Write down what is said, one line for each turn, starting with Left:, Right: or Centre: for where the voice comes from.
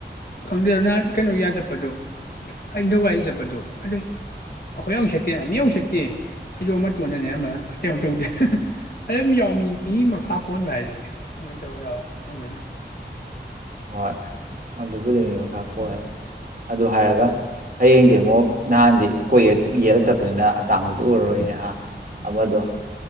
Left: ꯈꯪꯗꯦ ꯑꯗꯨ ꯅꯍꯥꯟ ꯀꯩꯅꯣꯒꯤꯗ ꯆꯠꯄꯗꯣ ꯍꯊꯧ ꯋꯥꯒꯤ ꯆꯠꯄꯗꯣ ꯑꯗꯨꯝ ꯑꯩꯈꯣꯏ ꯌ ꯑꯃꯅꯨꯡꯛ ꯁꯠꯇꯦ ꯃꯤ ꯑꯃꯅꯨꯡ ꯁꯠꯇꯤ <inaudible> ꯐꯩꯖꯣꯝ ꯑꯃ ꯃꯇꯣꯟꯗꯅꯦ ꯑꯃꯅ ꯑꯇꯩ ꯑꯃ ꯇꯧꯗꯦ ꯑꯩ ꯑꯗꯨꯝ ꯌꯥꯎꯃꯤ ꯃꯤ ꯃꯈꯥ ꯄꯣꯟꯕ ꯍꯥꯏꯗꯨꯅꯦ ꯎ ꯆꯧ ꯌꯥꯔ <inaudible>
Right: ꯍꯣꯏ ꯑꯗꯨꯕꯨꯗꯤ ꯃꯤ ꯃꯈꯥ ꯄꯣꯂꯅꯤ ꯑꯗꯨ ꯍꯥꯏꯔꯒ ꯍꯌꯦꯡꯗꯤ ꯑꯃꯨꯛ ꯅꯍꯥꯟꯗꯤ ꯀꯣꯏ ꯌꯦꯠꯂ ꯆꯠꯄꯅꯤꯅ ꯑꯇꯥꯡꯕꯗꯨ ꯎꯔꯔꯣꯏꯅꯦ ꯑ ꯑꯃꯗꯣ